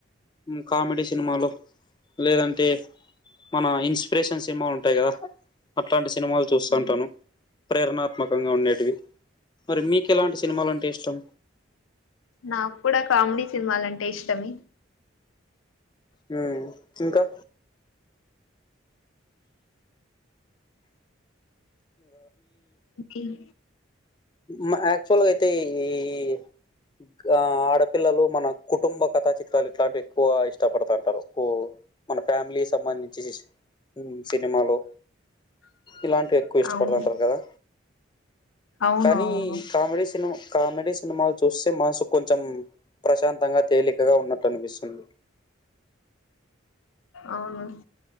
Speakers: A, on the left (about 20°); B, on the left (about 85°).
A: ఉమ్ కామెడీ సినిమాలు లేదంటే మన ఇన్స్పిరేషన్ సినిమా ఉంటాయి కదా అట్లాంటి సినిమాలు చూస్తుంటాను
B: హ్మ్.
A: ప్రేరణాత్మకంగా ఉండేటివి. మరి మీకేలాంటి సినిమాలంటే ఇష్టం
B: నాకు కూడా కామెడీ సినిమాలంటే ఇష్టమే
A: ఉ ఇంకా ఇంగా
B: ఇంకేం
A: మా యాక్చ్యువల్ అయితే తేయి గా ఆడపిల్లలు మన కుటుంబ కథ చిత్ పలు ఇట్లాంటివి ఎక్కువ ఇష్టపడతంటారు మన ఫ్యామిలీ సంబంధించి చేసి ఉమ్ సినిమాలు
B: <inaudible>
A: ఇలాంటివి ఎక్కువ ఇష్టపడుతుంటారు
B: అవును
A: కదా
B: అవును
A: కానీ
B: అవును
A: కామెడీ సినిమా కామెడీ సినిమాలు చూస్ మనసుకి కొంచం ప్రశాంతంగా తేలికగా ఉన్న టనిపిస్తుంది
B: అవును